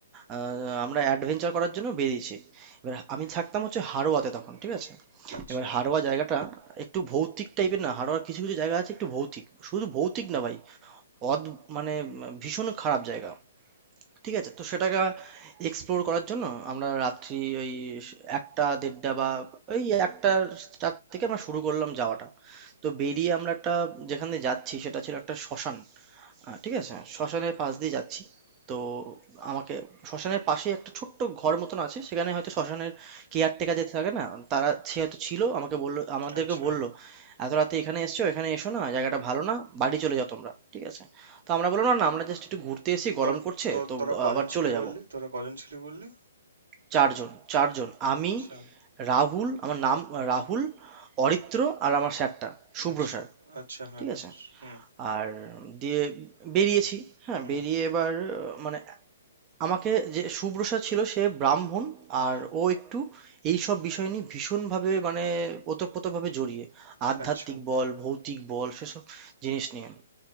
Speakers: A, on the right; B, on the right.
A: আহ, আমরা অ্যাডভেঞ্চার করার জন্য বেরিয়েছি এবার আমি থাকতাম হচ্ছে হাড়োয়াতে তখন ঠিক আছে
B: আচ্ছা
A: এবার হাড়োয়া জায়গাটা একটু ভৌতিক টাইপের না হাড়োয়ার কিছু কিছু জায়গা আছে একটু ভৌতিক শুধু ভৌতিক না ভাই অদ মানে ভীষণ খারাপ জায়গা ঠিক আছে তো সেটাকে এক্সপ্লোর করার জন্য আমরা রাত্রি ওই স- একটা দেড়টা বা ওই একটার তার থেকে আমরা শুরু করলাম যাওয়াটা তো বেরিয়ে আমরা একটা যেখানে যাচ্ছি সেটা ছিল একটা শ্মশান আ ঠিক আছে। হ্যাঁ, শ্মশানের পাশ দিয়ে যাচ্ছি। তো আমাকে শ্মশানের পাশেই একটা ছোট্ট ঘর মতন আছে। সেখানে হয়তো শ্মশানের কেয়ারটেকার যে থাকে না? তারা সে হয়তো ছিল। আমাকে বলল আমাদেরকে
B: আচ্ছা
A: বলল, "এত রাতে এখানে এসেছো? এখানে এসো না। জায়গাটা ভালো না। বাড়ি চলে যাও তোমরা।" ঠিক আছে? তো আমরা বললাম, "না, না আমরা জাস্ট একটু ঘুরতে এসেছি। গরম
B: তোর
A: করছে।
B: তোর
A: তো
B: তোরা
A: আ
B: কজন
A: আবার
B: ছিলি
A: চলে যাব।"
B: বললি তোরা কজন ছিলি বললি
A: ৪ জন, ৪ জন। আমি,
B: আচ্ছা
A: রাহুল, আমার নাম রাহুল, অরিত্র আর আমার স্যারটা, শুভ্র
B: আচ্ছা
A: স্যার।
B: আচ্ছা হ্যাঁ
A: ঠিক
B: হ্যাঁ
A: আছে?
B: হুম
A: আর দিয়ে বেরিয়েছি হ্যাঁ
B: হুম
A: বেরিয়ে এবার আহ, মানে আমাকে যে শুভ্রসা ছিল সে ব্রাহ্মণ আর
B: হুম
A: ও একটু এই সব বিষয় নিয়ে ভীষণভাবে মানে ওতপ্রোতভাবে জড়িয়ে আধ্যাত্মিক
B: আচ্ছা
A: বল ভৌতিক বল সেসব জিনিস নিয়ে